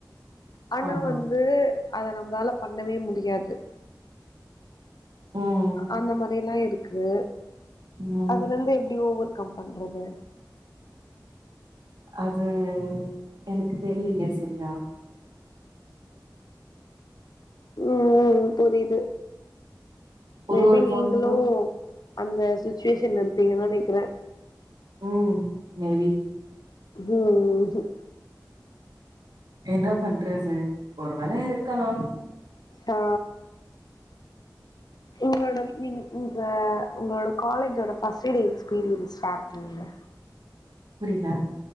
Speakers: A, on the left; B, on the right.
A: ஆனா
B: ஆமா
A: வந்து அத நம்பளால பண்ணவே முடியாது
B: ம்
A: அந்த மாரிலா இருக்கு
B: ம்
A: அதுல இருந்து எப்டி ஓவர் கம் பண்றது
B: அது எனக்கு தெர்லயே சரியா
A: ம் ம் புரிது
B: ஒரு
A: மேபி
B: ஒரு
A: நீங்களு
B: பாயிண்ட்டு
A: அந்த சுச்சுவேஷன்ல இருப்பீங்கன் நினைக்கற
B: ம் மேபி
A: ம் ம் ம்
B: என்ன பண்றது ஒரு வேல இருக்கலாம்
A: ஹா உங்களோட நீங் உங்க உங்களோட காலேஜோட ஃபர்ஸ்ட் இயர் எக்ஸ்பீரியன்ஸ் ஷேர் பண்ணுங்க
B: புரில